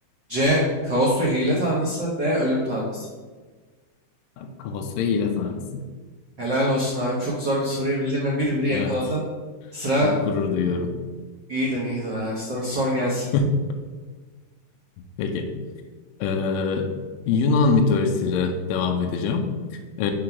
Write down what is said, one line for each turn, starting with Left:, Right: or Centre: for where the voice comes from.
Right: C. Kaos ve hile tanrısı D. Ölüm tanrısı.
Left: Kaos ve hile tanrısı.
Right: Helal olsun abi. Çok zor bir soruyu bildin ve bir biri yakaladın.
Left: Evet.
Right: Sıra
Left: Çok gurur duyuyorum.
Right: iyiydin, iyiydin abi. Sıra sor gelsin.
Left: <laughs> Peki. Ee, Yunan mitolojisiyle devam edeceğim. Ee,